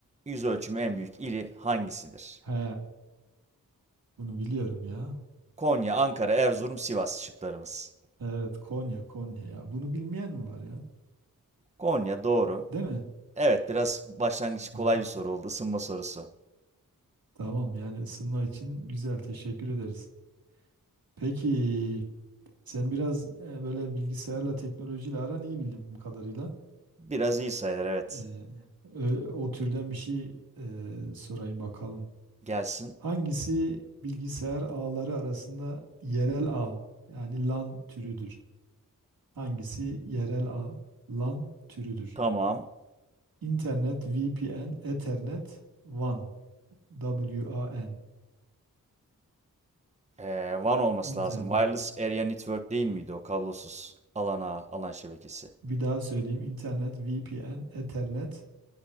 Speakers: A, on the right (about 20°); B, on the right (about 75°).
A: yüz ölçümü en büyük ili hangisidir?
B: He, bunu biliyorum ya.
A: Konya, Ankara, Erzurum, Sivas şıklarımız.
B: Evet Konya Konya ya. Bunu bilmeyen mi var ya?
A: Konya doğru.
B: Değil mi?
A: Evet biraz başlangıç kolay
B: Evet,
A: bir soru oldu. Isınma sorusu.
B: tamam yani ısınma için güzel teşekkür ederiz. Peki sen biraz e, böyle bilgisayarla teknolojiyle aran iyi bildiğim kadarıyla.
A: Biraz iyi sayılır evet.
B: E, ö- o türden bir şey e, sorayım bakalım.
A: Gelsin.
B: Hangisi bilgisayar ağları arasında yerel ağ yani LAN türüdür? Hangisi yerel ağ LAN türüdür?
A: Tamam.
B: İnternet, VPN, Ethernet, WAN, W-A-N,
A: Ee, WAN olması
B: internet.
A: lazım. Wireless Area Network değil miydi o kablosuz alan ağı, alan şebekesi?
B: Bir daha söyleyeyim. İnternet, VPN, Ethernet,